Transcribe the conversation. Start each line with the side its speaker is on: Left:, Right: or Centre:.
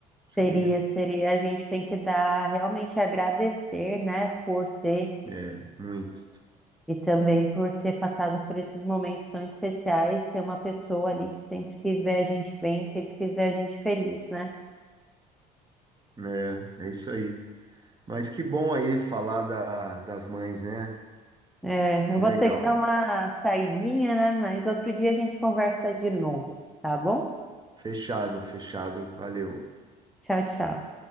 Right: sabia?
Centre: Seria, seria. A gente tem que dar, realmente agradecer, né, por ter
Right: É, muito.
Centre: e também por ter passado por esses momentos tão especiais, ter uma pessoa ali que sempre quis ver a gente bem, sempre quis ver a gente feliz, né?
Right: É, é isso aí. Mas que bom aí falar da, das mães, né?
Centre: É,
Right: Que
Centre: eu vou
Right: legal.
Centre: ter que dar uma saidinha, né? Mas outro dia a gente conversa de novo, tá bom?
Right: Fechado, fechado. Valeu.
Centre: Tchau, tchau.